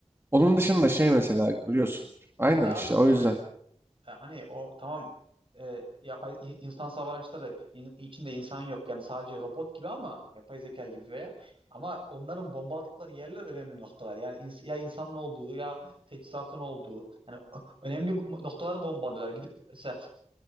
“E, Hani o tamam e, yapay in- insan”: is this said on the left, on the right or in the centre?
Right